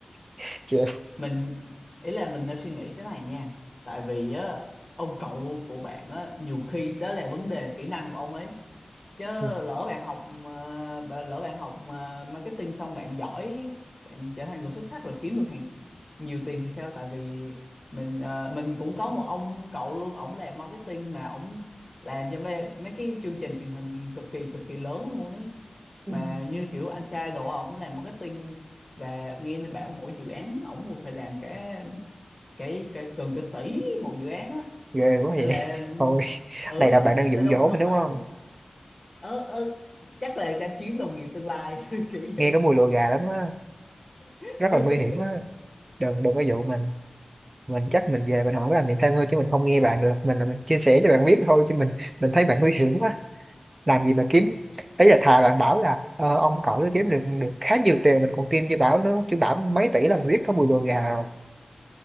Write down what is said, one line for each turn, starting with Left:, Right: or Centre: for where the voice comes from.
Right: <laughs> chị
Left: mình ý là mình đang suy nghĩ thế này nha tại vì á ông cậu của bạn á nhiều khi đó là vấn đề kỹ năng của ông ấy chứ
Right: Ừ,
Left: lỡ bạn học ờ, bạn- lỡ bạn học ờ, marketing xong bạn giỏi bạn trở thành người xuất sắc rồi kiếm được hàng nhiều tiền thì sao tại vì mình ờ, mình cũng có một ông cậu luôn ổng làm marketing mà ổng làm cho mấy, mấy cái chương trình truyền hình cực kỳ cực kỳ lớn luôn ấy mà
Right: Ừ.
Left: như kiểu anh trai đồ á, ổng làm marketing và nghe nó bảo mỗi dự án ổng cũng phải làm cái cái cái gần cái tỷ một dự án á
Right: ghê quá vậy
Left: nên là mình
Right: thôi
Left: ừ
Right: này là bạn đang
Left: đâu
Right: dụ dỗ
Left: đâu
Right: mình
Left: phải
Right: đúng không
Left: ờ ờ chắc là đang kiếm đồng nghiệp tương lai <laughs> kiểu vậy
Right: nghe cái mùi lùa gà lắm á
Left: <laughs>
Right: rất là nguy hiểm á đừng đừng có dụ mình mình chắc mình về mình hỏi làm việc thêm thôi chứ mình không nghe bạn được mình là mình chia sẻ cho bạn biết thôi chứ mình mình thấy bạn nguy hiểm quá làm gì mà kiếm ý là thà bạn bảo là ờ, ông cậu nó kiếm được được khá nhiều tiền mình còn tin chứ bảo nó chứ bảo mấy tỷ là mình biết có mùi lùa gà rồi